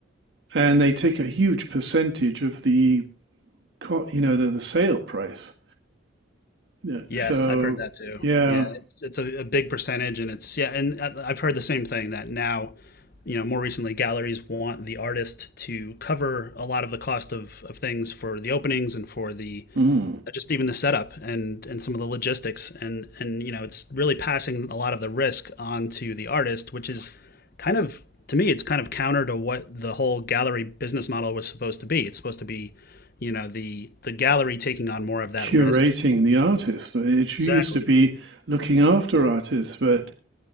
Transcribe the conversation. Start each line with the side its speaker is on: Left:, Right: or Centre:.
Right: and they take a huge percentage of the co- you know the, the sale price. Yeah.
Left: Yeah,
Right: So
Left: I've heard that too.
Right: yeah,
Left: Yeah, it's it's a, a big percentage, and it's yeah, and I- I've heard the same thing that now, you know, more recently, galleries want the artist to cover a lot of the cost of of things for the openings and for the
Right: mm.
Left: uh, just even the setup and and some of the logistics, and and you know, it's really passing a lot of the risk onto the artist, which is kind of to me, it's kind of counter to what the whole gallery business model was supposed to be. It's supposed to be, you know, the the gallery taking on more of that
Right: curating
Left: risk.
Right: the artist. It
Left: Exactly.
Right: used to be looking after artists, but